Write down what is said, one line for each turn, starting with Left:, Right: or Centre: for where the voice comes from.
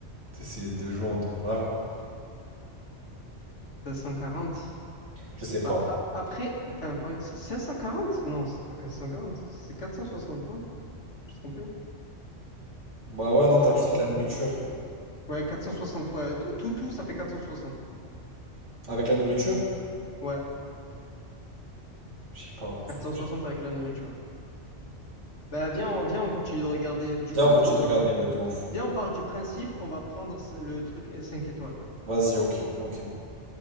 Right: Tu sais, c'est deux jours de. Voilà quoi.
Left: 540.
Right: Je sais pas.
Left: Ah, ah, après, enfin, par- c'est cinq cent quarante, Non, c'est pas 540, C'est 460, non? Je me suis trompé.
Right: Bah ouais, non,
Left: Attends, Je
Right: t'as
Left: vérifie.
Right: rajouté avec la nourriture.
Left: Ouais, quatre cent soixante. ouais. Au Tout, tout, ça fait 460.
Right: Avec la nourriture?
Left: Ouais,
Right: Je sais pas.
Left: quatre
Right: franchement,
Left: cent soixante
Right: je sais pas.
Left: avec la nourriture. Bah, viens, on, viens, on continue de regarder. Du
Right: Viens,
Left: coup,
Right: on continue
Left: pour,
Right: de regarder,
Left: euh,
Right: ouais, de ouf.
Left: viens, on part du principe qu'on va prendre ce- le truc 5 étoiles, là.
Right: Vas-y, ok, ok.